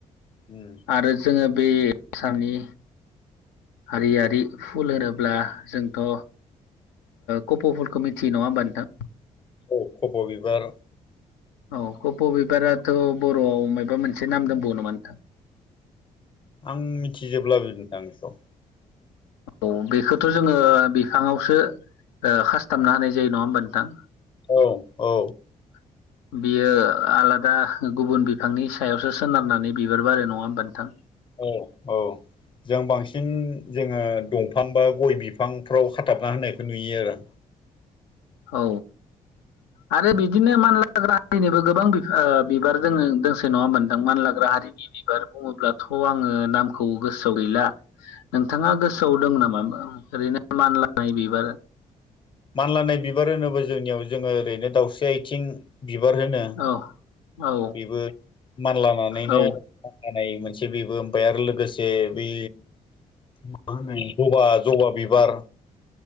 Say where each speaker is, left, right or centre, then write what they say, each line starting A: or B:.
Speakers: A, on the left (about 25°); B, on the left (about 75°).
A: उम
B: आरो जोङो बे आसामनि हारियारि फुल होनोब्ला जोंथ' कप'लफोरखौ मिथियो नङा होमबा नोंथां
A: औ खपबिबार
B: औ कप' बिबाराथ' बर'आव माबबा मोनसे नाम दंबावो नामा नोंथां
A: आं मिथिजोबब्लाबो नोंथां बेखौ
B: औ बेखौथ' जोङो बिफाङावसो खासथाबनो होनाय जायो नङा होमबा नोंथां
A: औ औ
B: <inaudible> बियो आलादा गुबुन बिफांनि सायावसो सोनारनानै बिबार बारो नङा होमबा नोंथां
A: औ औ जों बांसिन जोङो दंफां बा गय बिफांफ्राव खाथाबना होनायखौ नुयो आरो
B: औ आरो बिदिनो मान हारिनिबो गोबां बिबार जोङो दोंसे नङा मोनदों मानलाग्रा हारिनि बिबार बुङोब्लाथ' थ आङो नामखौ गोसोआव गैला नोंथाङा गोसोआव दं नामा ओरैनो मानलानाय बिबार
A: मानलानाय बिबार होनोब्ला जोंनियाव जोङो ओरैनो दावउस्रि आथिं बिबार होनो
B: औ औ
A: बेबो मानलानानैनो
B: औ
A: नाय मोनसे बेबो ओमफ्राय आरो लोगोसे ब मा होनो जबा जबा बिबार